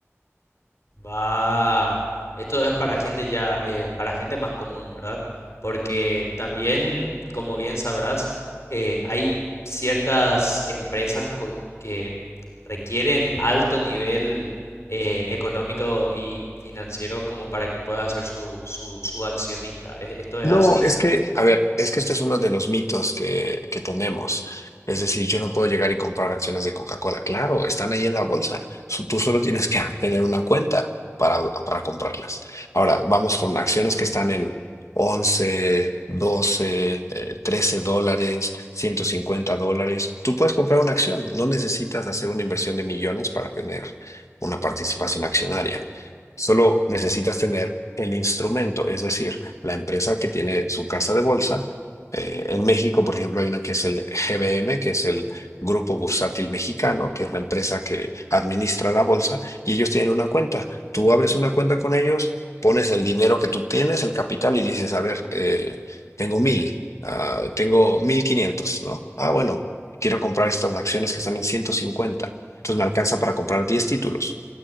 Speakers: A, on the left; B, on the left.
A: Va. Esto es para gente ya, eh, para gente más común, ¿verdad? Porque también, como bien sabrás, eh, hay ciertas empresas co- que requieren alto nivel eh, económico y financiero como para que pueda ser su, su, su accionista. ¿E- ¿Esto es
B: No,
A: así?
B: es que, a ver, es que este es uno de los mitos que, que tenemos. Es decir, yo no puedo llegar y comprar acciones de Coca-Cola. Claro, están ahí en la bolsa. Su- Tú solo tienes que <laughs> tener una cuenta para, para comprarlas. Ahora, vamos con acciones que están en 11, 12, eh, 13 dólares, 150 dólares. Tú puedes comprar una acción. No necesitas hacer una inversión de millones para tener una participación accionaria. Solo necesitas tener el instrumento, es decir, la empresa que tiene su casa de bolsa. Eh, en México, por ejemplo, hay una que es el GBM, que es el Grupo Bursátil Mexicano, que es la empresa que administra la bolsa, y ellos tienen una cuenta. Tú abres una cuenta con ellos, pones el dinero que tú tienes, el capital, y dices, a ver, eh, tengo mil, ah, tengo mil quinientos, ¿no? Ah, bueno, quiero comprar estas acciones que están en ciento cincuenta Entonces me alcanza para comprar 10 títulos.